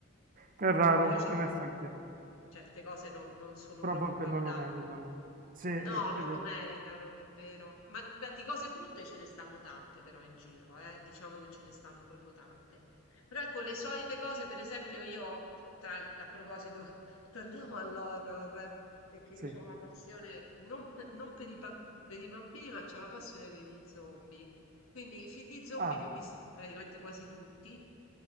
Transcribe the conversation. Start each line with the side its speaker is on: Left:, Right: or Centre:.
Right: è raro
Left: io
Right: in effetti,
Left: Certe cose no- non sono
Right: però
Left: proprio
Right: a volte
Left: guardabili.
Right: non lo meritano. Sì, è,
Left: No,
Right: è
Left: non
Right: vero.
Left: lo meritano, è vero. Ma, ma di cose brutte ce ne stanno tante però in giro, eh? Diciamo che ce ne stanno proprio tante. Però ecco, le solite cose, per esempio io, tra- a proposito, <laughs> torniamo all'horror, perché
Right: Sì.
Left: io ho una passione, non, per, non per i, bam- per i bambini, ma c'ho una passione per gli zombie. Quindi i film di zombie
Right: Ah,
Left: li ho visti praticamente quasi tutti,